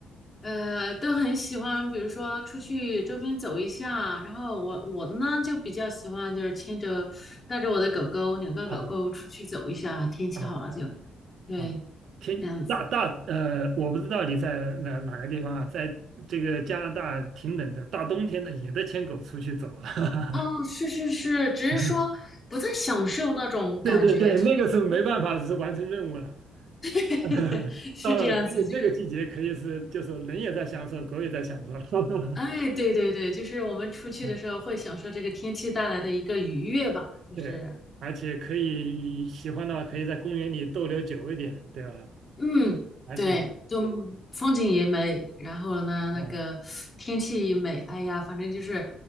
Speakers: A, on the left (about 30°); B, on the right (about 65°).
A: 呃都很喜欢，比如说出去周边走一下。然后我我呢就比较喜欢，就是牵着带着我的狗狗，两个狗狗出去走一下。
B: 哦
A: 天气好了就
B: 哦
A: 对
B: 哦哦，天大大呃，
A: 这样子。
B: 我不知道你在哪哪个地方啊，在这个加拿大挺冷的，大冬天的也得牵狗出去走啊。
A: 哦，是是是，只是说不太享受那种感觉，
B: <laughs> 对对对，
A: 就
B: 那个是没办法，是完成任务了。
A: 是 <laughs>
B: <laughs>
A: 是这样子就。
B: 到了这个这个季节，可以是就是人也在享受，狗也在享受。<laughs>
A: 哎，对对对，就是我们出去的时候会享受这个天气带来的一个愉悦吧，
B: 嗯
A: 就是，
B: 对，而且可以喜欢的话，可以在公园里逗留久一点，对吧？
A: 嗯，
B: 而且，
A: 对，就嗯风景也美，然后呢，那个天气也美，
B: 嗯，
A: 哎呀，反正就是，